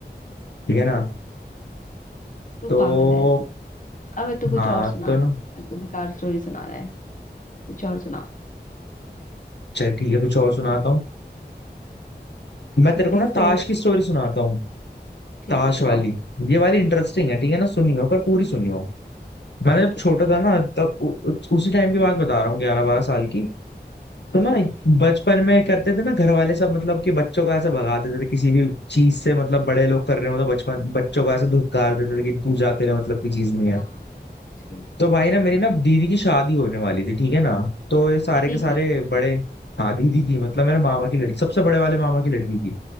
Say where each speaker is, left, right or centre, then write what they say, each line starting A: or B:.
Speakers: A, on the left; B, on the left.
A: ठीक है ना
B: तू
A: तो
B: पागल है तू अबे तो कुछ
A: हाँ
B: और सुना
A: तो ना
B: है बेकार स्टोरी सुना रहा है कुछ और सुना <laughs>
A: चल ठीक है कुछ और सुनाता हूँ मैं
B: कितनी
A: तेरे को ना
B: स्टोरी
A: ताश की स्टोरी सुनाता हूँ
B: ठीक
A: ताश
B: है सुनाओ
A: वाली ये वाली इंटरेस्टिंग है ठीक है ना सुनियो पर पूरी सुनियो मैंने
B: ठीक
A: जब छोटा
B: है ठीक
A: था
B: है
A: ना तब उ, उ, उसी टाइम की बात बता रहा हूँ ग्यारह बारह साल की
B: <laughs>
A: तो
B: हम्म,
A: ना
B: हम्म, हम्म,
A: बचपन में करते थे ना घर वाले सब मतलब कि बच्चों को ऐसे भगा देते थे किसी भी चीज से मतलब बड़े लोग कर रहे हो तो बचपन बच्चों को ऐसे धुतकार देते थे कि तू जाते रहे मतलब की चीज नहीं है
B: हाँ समझ गई
A: तो भाई ना मेरी ना दीदी की शादी होने वाली थी ठीक है ना तो ये सारे
B: दीदी
A: के सारे
B: की
A: बड़े हाँ दीदी की मतलब मेरे मामा की लड़की सबसे बड़े वाले मामा की लड़की की